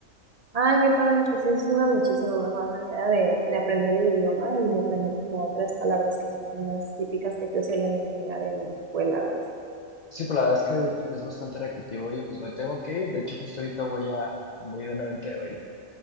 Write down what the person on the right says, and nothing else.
Ay, qué padre, pues es una muchísimo mejor manera de, de aprender el idioma y de aprender como otras palabras que no son las típicas que te suelen enseñar en la escuela o así.